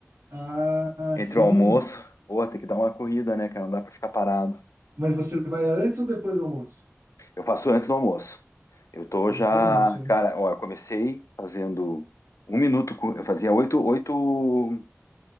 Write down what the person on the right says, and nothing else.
Ah, ah,
sim.
Mas você vai antes ou depois do almoço?
Antes
do almoço, né?